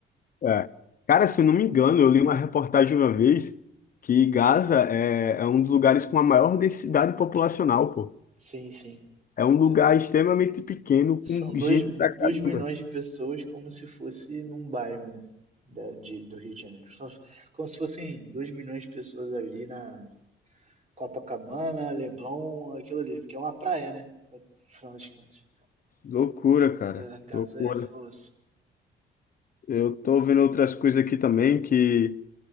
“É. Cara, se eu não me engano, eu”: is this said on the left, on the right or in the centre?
Left